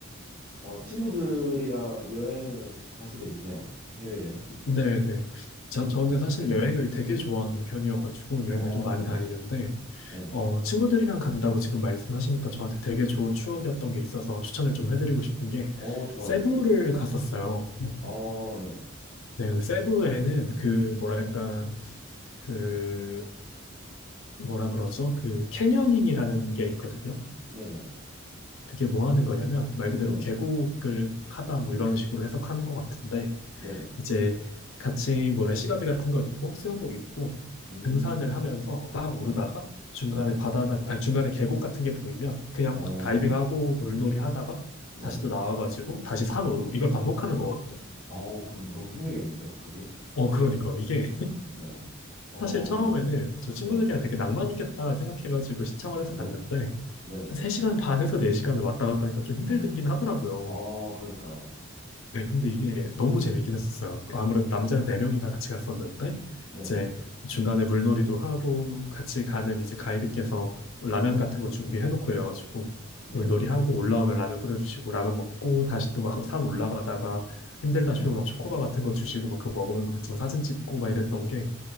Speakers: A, on the right (about 40°); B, on the left (about 70°).
A: 어, 친구들이랑 여행을 혹시 가신 적 있으세요? 해외여행?
B: 네, 네. 저, 저는 사실 여행을 되게 좋아하는 편이어가지고 여행을
A: 어,
B: 좀 많이
A: 네네.
B: 다니는데,
A: 네네.
B: 어, 친구들이랑 간다고 지금 말씀하시니까 저한테 되게 좋은 추억이었던 게 있어서 추천을 좀 해드리고 싶은 게,
A: 어, 좋아요.
B: 세부를
A: 네네.
B: 갔었어요.
A: 어, 네.
B: 네, 세부에는 그, 뭐랄까, 그, 뭐라 그러죠? 그, 캐녀닝이라는 게 있거든요.
A: 네네.
B: 그게 뭐 하는 거냐면, 말 그대로
A: 네네.
B: 계곡을 하다 뭐 이런 식으로 해석하는 것 같은데,
A: 네네.
B: 이제 같이 뭐 래시가드 같은 거 입고 수영복 입고
A: 음,
B: 등산을 하면서 막
A: 네네.
B: 오르다가 중간에
A: 네.
B: 바다나 아니 중간에 계곡 같은 게 보이면 그냥
A: 어,
B: 막 다이빙하고 물놀이 하다가
A: 네네.
B: 다시 또 나와가지고 다시 산 오르고 이걸 반복하는 거거든요.
A: 아우, 그럼 너무 힘들겠는데요? 그게?
B: 어 그러니까요. 이게
A: 네. 어,
B: 사실 처음에는 저 친구들이랑
A: 네네.
B: 되게 낭만 있겠다 생각해가지고 신청을 해서
A: 네네.
B: 갔는데
A: 네네.
B: 한 3시간 반에서 4시간을 왔다 갔다 하니까 좀 힘들긴
A: <gasps>
B: 하더라고요.
A: 어, 그러니까요.
B: 네, 근데 이게 너무 재밌긴 했었어요. 그 아무래도 남자 네명이 같이 갔었는데,
A: 네네.
B: 이제 중간에 물놀이도 하고, 같이 가는 이제 가이드께서 라면 같은 거 준비해놓고 이래가지고,
A: 네네.
B: 물놀이 하고, 올라오면 라면 끓여주시고, 라면 먹고, 다시 또 막 산 올라가다가, 힘들다
A: 네.
B: 싶으면 막 초코바 같은 거 주시고, 막 그거 먹으면서 같이 막 사진 찍고 막 이랬던 게,